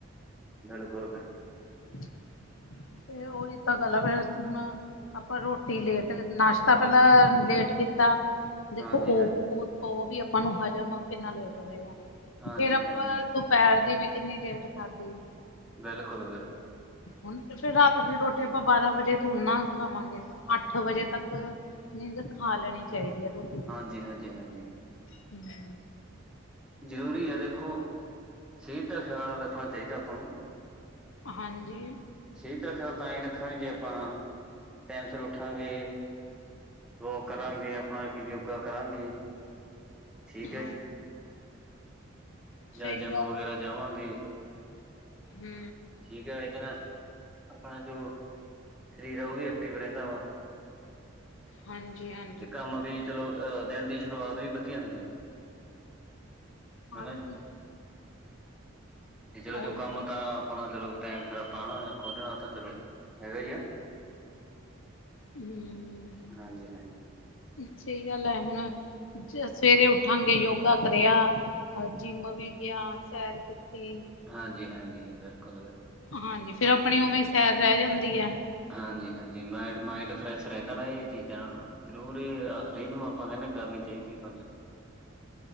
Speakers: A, in the centre; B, on the left (about 70°).
A: ਬਿਲਕੁਲ-ਬਿਲਕੁਲ।
B: <inaudible> ਤੇ ਉਹੀ ਤਾਂ ਗੱਲ ਐ ਫੇਰ, ਹੁਣ ਆਪਾਂ ਰੋਟੀ ਲੇਟ, ਨਾਸ਼ਤਾ ਪਲਾ ਲੇਟ ਕੀਤਾ। ਦੇਖੋ
A: ਹਾਂਜੀ
B: ਓ,
A: ਹਾਂਜੀ
B: ਓ ਓਵੀ ਆਪਾਂ ਨੂੰ ਹਜਮ, ਕਿੰਨਾ ਲੇਟ ਹੋਏਆ,
A: ਹਾਂਜੀ
B: ਫੇਰ ਆਪਾ
A: ਹਾਂਜੀ
B: ਦੋ ਪੈਰ ਦੀ ਵੀ ਕਿੰਨੀ ਲੇਟ ਖਾਧੀ।
A: ਬੇਲਕੁਲ-ਬੇਲਕੁਲ।
B: ਹੁਣ ਤੇ ਫੇਰ ਰਾਤ ਦੀ ਰੋਟੀ ਆਪਾਂ ਬਾਰਾਂ ਵਜੇ ਥੋੜ ਨਾ ਖਾਵਾਂਗੇ, ਅੱਠ ਵਜੇ ਤੱਕ ਨੀ ਤੇ ਖਾ ਲੈਣੀ ਚਾਈਦੀ ਏ ਰੋਟੀ।
A: ਹਾਂਜੀ, ਹਾਂਜੀ, ਹਾਂਜੀ।
B: ਹੂੰ।
A: ਜ਼ਰੂਰੀ ਐ ਦੇਖੋ, ਸੇਤ ਦਾ ਖੇਆਲ ਰੱਖਣਾ ਚਾਈਦਾ ਆਪਾ ਨੂੰ।
B: ਹਾਂਜੀ।
A: ਸੇਤ ਦਾ ਖੇਆਲ ਤਾਂ ਏ ਰੱਖਾਂਗੇ ਜੇ ਆਪਾ, ਟੈਮ ਸੇਰ ਉੱਠਾਂਗੇ। ਵੋਕ ਕਰਾਂਗੇ ਅਪਾ, ਕੁਝ ਯੋਗਾ ਕਰਾਂਗੇ, ਠੀਕ ਐ
B: ਹਾਂ
A: ਜੀ। ਜਾਂ
B: ਸਹੀ
A: ਜਿੰਮ
B: ਗੱਲ
A: ਵਗੈਰਾ ਜਾਵਾਂਗੇ।
B: ਹੂੰ।
A: ਠੀਕ ਐ, ਇਦੇ ਨਾਲ ਆਪਨਾ ਜੋ ਸਰੀਰ ਐ ਓ ਵੀ ਐਕਟਿਵ ਰੈੰਦਾ ਵਾ।
B: ਹਾਂਜੀ ਹਾਂ
A: ਤੇ ਕੰਮ ਵੀ ਚਲੋ ਅਹ ਦਿਨ ਦੀ ਸ਼ੁਰੂਆਤ ਵੀ ਵਦੀਆ ਹੁੰਦੀ।
B: ਹਾਂਜੀ।
A: ਹਨਾ ਜੀ ਤੇ ਚਲੋ
B: ਹੋਰ
A: ਜੋ ਕੰਮ ਤਾਂ, ਆਪਨਾ ਚਲੋ ਟੈਮ ਸਿਰ ਆਪਾਂ ਖੋਲਣਾ ਤਾਂ ਚਲੋ ਹੈਗਾ ਈ ਐ।
B: ਹੂੰ।
A: ਹਾਂਜੀ-ਹਾਂਜੀ।
B: ਸਈ ਗੱਲ ਐ ਹੁਣ ਸਵੇਰੇ ਉੱਠਾਂਗੇ ਯੋਗਾ ਕਰੇਆ। ਅ ਜਿੰਮ ਵੀ ਗੇਆ ਸੈਰ ਕੀਤੀ।
A: ਹਾਂਜੀ-ਹਾਂਜੀ, ਬਿਲਕੁਲ-ਬਿਲਕੁਲ।
B: ਹਾਂਜੀ, ਫੇਰ ਆਪਨੀ ਉਵੇਂ ਸੈਰ ਰੈਹ ਜਾਂਦੀ ਐ।
A: ਹਾਂਜੀ- ਹਾਂਜੀ ਮਾਈਂਡ, ਮਾਈਂਡ ਫਰੈਸ਼ ਰੈਂਦਾ ਨਾ ਏਹ ਚੀਜਾਂ ਨਾਲ ਨਾ। ਜਰੂਰੀ ਏਹ ਹਰੇਕ ਨੂੰ ਆਪਾਂ ਕੇਨੇ ਕਰਨੀਂ ਚਾਈਦੀ ਬੰਦੇ